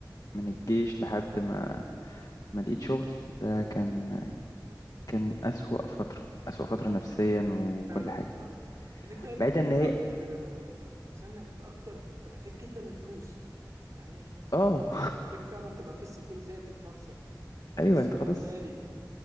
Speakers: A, on the left; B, on the right.
A: من الجيش لحد ما ما لقيت شغل ده كان كان أسوأ فترة أسوأ فترة نفسيا وكل
B: فعلا
A: حاجة
B: فعلا إن أنت اللي
A: بعيدا
B: أنت هتبقى
A: ان هي
B: في آه، في سن أنت أكتر أنت محتاج جدا الفلوس يعني أنت
A: اه
B: أنت
A: <laughs>
B: أنت محتاج فعلا تبقى في استقلال ذاتي بنفسك من
A: ايوه
B: واستقلال
A: انت خلاص
B: مالي